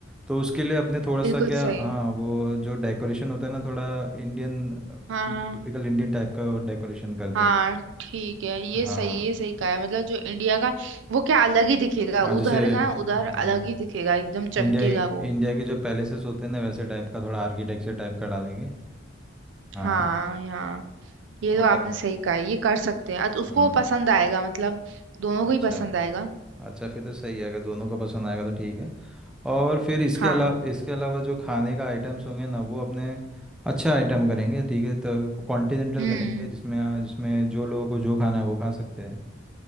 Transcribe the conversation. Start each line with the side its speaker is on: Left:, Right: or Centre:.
Centre: तो उसके लिए अपने थोड़ा सा
Right: बिल्कुल
Centre: क्या
Right: सही
Centre: हाँ वो जो डेकोरेशन होता है ना थोड़ा इंडियन
Right: हाँ
Centre: टिपिकल
Right: हाँ
Centre: इंडियन टाइप का डेकोरेशन कर देंगे
Right: हाँ ठीक है ये
Centre: हाँ
Right: सही ये सही कहा है मतलब जो इंडिया का वो क्या अलग ही दिखेगा
Centre: हाँ जैसे
Right: उधर ना
Centre: हम्म,
Right: उधर अलग ही दिखेगा एकदम चमकेगा
Centre: इंडिया
Right: वो
Centre: इंडिया के जो पैलेसेस होते हैं ना वैसे टाइप का थोड़ा आर्किटेक्चर टाइप का डालेंगे हाँ
Right: हाँ यहाँ ये
Centre: और
Right: तो आपने सही कहा ये कर सकते हैं अ- उसको
Centre: हम्म
Right: पसंद आएगा मतलब दोनों को
Centre: अच्छा
Right: ही पसंद आएगा
Centre: अच्छा फिर तो सही है अगर दोनों को पसंद आएगा तो ठीक है और फिर इसके
Right: हाँ
Centre: अलावा इसके अलावा जो खाने का आइटम्स होंगे ना वो अपने अच्छा आइटम करेंगे ठीक है तो कॉन्टिनेंटल
Right: हम्म
Centre: करेंगे जिसमें जिसमें जो लोगों को जो खाना है वो खा सकते हैं